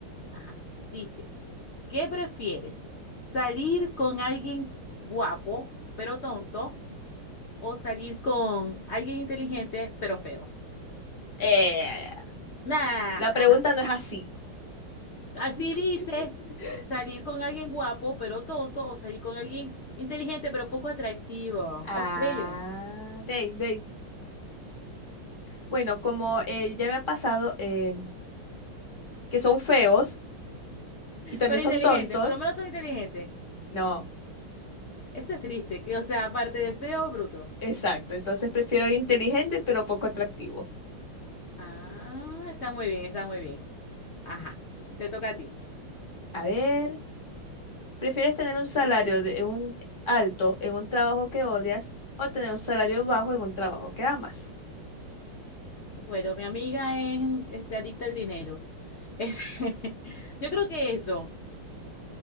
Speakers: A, on the left; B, on the left.
A: Ajá. Dice. ¿Qué prefieres? ¿Salir con alguien guapo pero tonto o salir con alguien inteligente pero feo?
B: Eh,
A: Nah,
B: la
A: ajá.
B: pregunta no es así.
A: Así dice,
B: <laughs>
A: salir con alguien guapo pero tonto o salir con alguien inteligente pero poco atractivo
B: Ah,
A: o feo,
B: ve, ve. Bueno, como eh, ya me ha pasado, eh, que son feos y también
A: pero
B: son
A: inteligente,
B: tontos.
A: por lo menos son inteligentes.
B: No,
A: Eso es triste, que o sea, aparte de feo, bruto.
B: exacto. Entonces prefiero alguien inteligente pero poco atractivo.
A: Ah, está muy bien, está muy bien. Ajá, te toca a ti.
B: A ver, ¿prefieres tener un salario de, un alto en un trabajo que odias o tener un salario bajo en un trabajo que amas?
A: Bueno, mi amiga es este, adicta al dinero. <laughs> Yo creo que eso